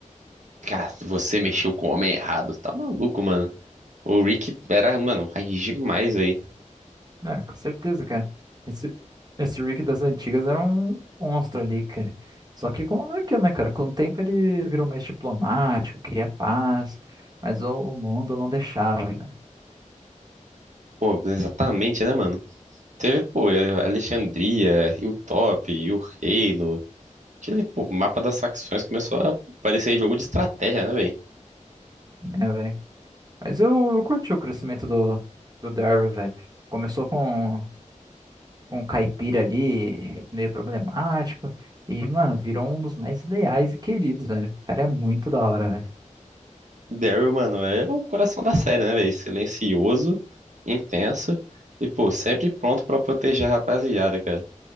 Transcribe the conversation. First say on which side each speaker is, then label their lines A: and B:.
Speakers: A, on the right; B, on the right.
A: Cara, você mexeu com o homem errado. Tá maluco, mano. O Rick era, mano, raiz demais aí.
B: É, com certeza, cara. Esse, esse Rick das antigas era um monstro ali, cara. Só que com aquilo, né, cara? Com o tempo ele virou mais diplomático, queria paz, mas o, o mundo não deixava, né,
A: Pô, exatamente, né, mano? Teve, pô, eh, Alexandria, Hilltop, e o Reino. Aquele, pô, mapa das facções começou a parecer jogo de estratégia, né, velho?
B: né, velho? Mas eu, eu curti o crescimento do, do Daryl, velho. Começou com com um caipira ali meio problemático. E, mano, virou um dos mais leais e queridos, velho. O cara é muito da hora, velho.
A: Daryl, mano, é o coração da série, né, velho? Silencioso, intenso e, pô, sempre pronto pra proteger a rapaziada, cara.